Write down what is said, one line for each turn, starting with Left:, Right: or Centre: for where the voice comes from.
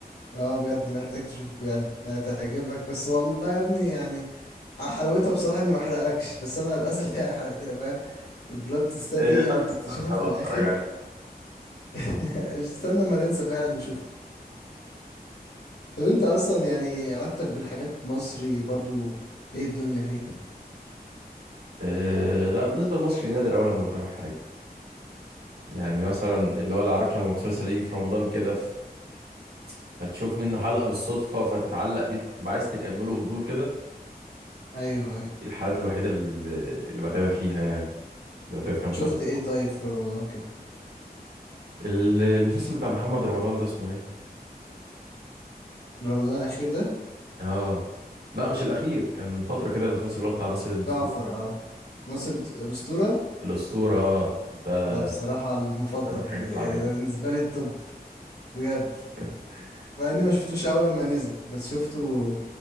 Left: اه بجد محتاج تشوفه يعني هتعجبك بس والله يا ابني يعني حلاوتها بصراحة اني ما احرقلكش بس انا للاسف <laughs> يعني حرقت فاهم البلاد تيست دي
Right: إيه،
Left: لما
Right: هنسى
Left: بتكتشفها
Right: هنسى
Left: في
Right: واتفرج
Left: الاخر
Right: عليه
Left: <laughs> استنى ما تنسى فعلا وشوف طب انت اصلا يعني علاقتك بالحاجات مصري برضو ايه الدنيا فيه
Right: إيه لا بالنسبه لمصري نادر اول لما بتابع حاجه يعني مثلا اللي هو لا عارف لما مسلسل يجي في رمضان كده ف... فتشوف منه حلقه بالصدفه فتتعلق بيه تبقى عايز تكمله فضول كده
Left: ايوه ايوه
Right: دي الحالات الوحيده اللي, اللي بتابع فيها يعني اللي بتابع فيها مسلسل
Left: شفت ايه طيب في رمضان كده
Right: ال- المسلسل بتاع محمد رمضان ده اسمه ايه؟
Left: رمضان الاخير ده
Right: اه لا مش الاخير كان من فتره كده المسلسل اللي هو بتاع ناصر الدسوقي
Left: جعفر اه ناصر د- الاسطوره
Right: الاسطوره آه. ده
Left: ده بصراحه المفضل
Right: ده من الحاجات
Left: بالنسبه
Right: اللي
Left: يعني
Right: عجبتني
Left: ده بالنسبه لي الطب بجد
Right: <laughs>
Left: مع اني ما شفتوش اول لما نزل بس شفته